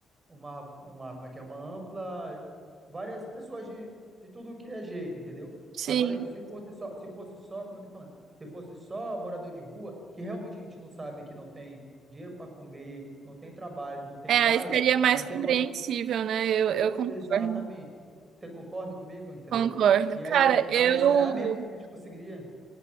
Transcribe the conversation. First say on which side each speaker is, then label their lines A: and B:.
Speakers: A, on the right; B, on the right.
A: uma, uma, como é que é? Uma ampla, várias pessoas de, de tudo que é jeito, entendeu?
B: Sim.
A: Agora, se fosse só, se fosse só, como eu tô falando se fosse só morador de rua, que realmente a gente não sabe que não tem dinheiro para comer, não tem trabalho, não tem
B: É,
A: casa,
B: aí seria mais
A: participando.
B: compreensível, né? Eu, eu
A: Pô,
B: concordo.
A: Exatamente. Você concorda comigo, entendeu?
B: Concordo.
A: E
B: Cara,
A: aí, fica-
B: eu,
A: aí será mesmo que a gente conseguiria?